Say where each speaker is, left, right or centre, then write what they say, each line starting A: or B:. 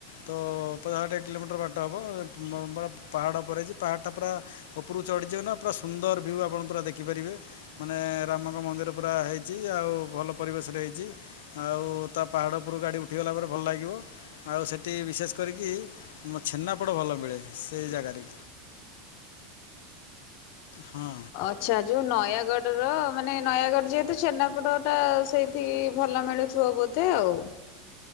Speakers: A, on the left; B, on the left.
A: ତ ପଚାଶ ଷାଠିଏ କିଲୋମିଟର ବାଟ ହେବ, ପ ପାହାଡ଼ ଉପରେ ହେଇଚି, ପାହାଡ଼ଟା ପୁରା ଉପରକୁ ଚ଼ିଢ଼ିଯିବେ ନା? ପୁରା ସୁନ୍ଦର ଭ୍ୟୁ ଆପଣ ପୁରା ଦେଖିପାରିବେ। ମାନେ ରାମଙ୍କ ମନ୍ଦିର ପୁରା ହେଇଛି। ଆଉ ଭଲ ପରିବେଶରେ ହେଇଛି। ଆଉ ତା ପାହାଡ଼ ଉପରକୁ ଗାଡ଼ି ଉଠିଗଲା ପରେ ଭଲ ଲାଗିବ। ଆଉ ସେଠି ବିଶେଷ କରିକି ମ ଛେନାପୋଡ଼ ଭଲ ମିଳେ ସେଇ ଜାଗାରେ। ହଁ
B: ଆଚ୍ଛା ଯେଉଁ ନୟାଗଡ଼ର ମାନେ ନୟାଗଡ଼ ଯେହେତୁ ଛେନାପୋଡ଼ଟା ସେଇ ଠି ଭଲ ମିଳୁଥିବ ବୋଧେ ଆଉ।